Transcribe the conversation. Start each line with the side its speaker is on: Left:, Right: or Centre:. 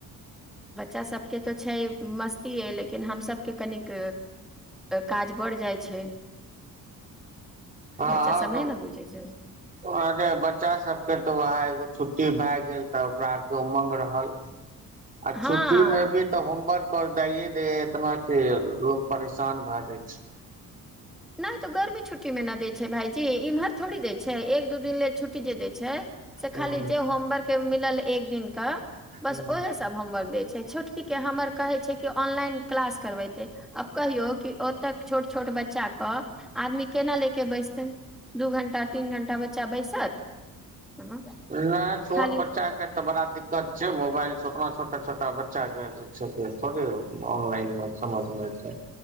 Centre: बच्चा सबके तो छै मस्त लेकिन हमसभके कनिक काज बढ़ जाइ छै।
Right: हँ
Centre: बच्चा सब नहि ने बुझै छै
Right: अरे बच्चा सबके तो वो छुट्टी भए गेल तऽ ओकरा आरके उमङ्ग रहल। आ
Centre: हँ
Right: छुट्टी मे भी तऽ होमवर्क दइए द एतना कि लोग परेशान भए जाइ छै।
Centre: नहि तो गर्मी छुट्टी मे नहि दै छै भाायजी इम्हर थड़ी दै छै एक दू दिन ले छुटी जे छै से
Right: हूँ
Centre: खाली जे होवर् मिल एक दिन का बस
Right: हूँ
Centre: ओएहे सब हमर। छोटकीके हमर कहै छै कि ऑनलाइन क्लास करबेतै आब कहियौ कि ओतऽ छोट छोट बच्चाे अ आदमी केना लेके बैसते दू घं्टा तीन घं्टा बच्चा बैसत। हाँ,
Right: नहि। छोट
Centre: खाली
Right: बच्चाे तऽ बड़ा दिक्कत छै मोबाइल छै ओतना छोटा छोटा बच्चा के जे छै थोे ऑनलाइन समझमे छै।